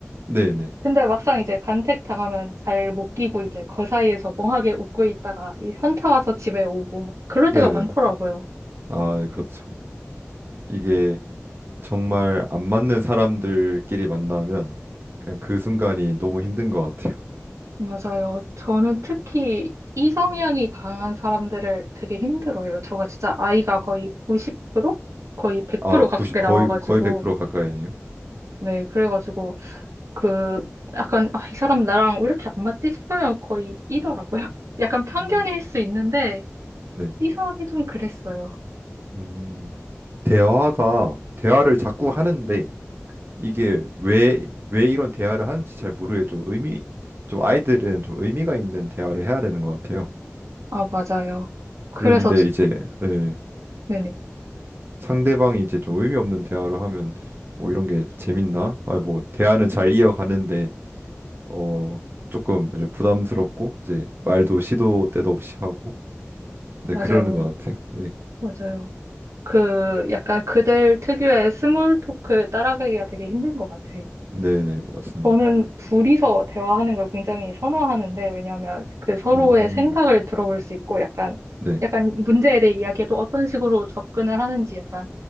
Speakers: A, on the right; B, on the right.
A: 네, 네,
B: 근데 막상 이제 간택 당하면 잘 못 끼고 이제 그 사이에서 멍하게 웃고 있다가 이 현타 와서 집에 오고 막 그럴 때가
A: 네, 네.
B: 많더라고요.
A: 아, 네, 그렇죠. 이게 정말 안 맞는 사람들끼리 만나면 그냥 그 순간이 너무 힘든 것 같아요.
B: 맞아요. 저는 특히 이 성향이 강한 사람들을 되게 힘들어해요. 저가 진짜 아이가 거의 90%? 거의 100%
A: 아, 90,
B: 가깝게
A: 거의
B: 나와가지고.
A: 거의 100% 가까이네요.
B: 네, 그래가지고 그 약간 아, 이 사람 나랑 왜 이렇게 안 맞지 싶으면 거의 이러라고요. <laughs> 약간 편견일
A: 음,
B: 수 있는데
A: 네,
B: 이상하게 좀 그랬어요.
A: 음, 대화가 대화를 자꾸 하는데 이게 왜, 왜 이런 대화를 하는지 잘 모르겠죠. 의미, 좀 아이들은 좀 의미가 있는 대화를 해야 되는 것 같아요.
B: 아, 맞아요.
A: 그런데
B: 그래서, 저-
A: 이제 예,
B: 네네.
A: 상대방이 이제 좀 의미 없는 대화를 하면 뭐 이런 게 재밌나? 아, 뭐 대화는 잘 이어가는데 어 조금 이제 부담스럽고 이제 말도 시도 때도 없이 하고 네
B: 맞아요.
A: 그러는 것 같아요. 네,
B: 맞아요. 그, 약간 그들 특유의 스몰 토크 따라가기가 되게 힘든 것 같아요.
A: 네, 네 맞습니다.
B: 저는 둘이서 대화하는 걸 굉장히 선호하는데, 왜냐하면 그 서로의
A: 음,
B: 생각을 들어볼 수 있고, 약간,
A: 네,
B: 약간 문제에 대해 이야기해도 어떤 식으로 접근을 하는지 약간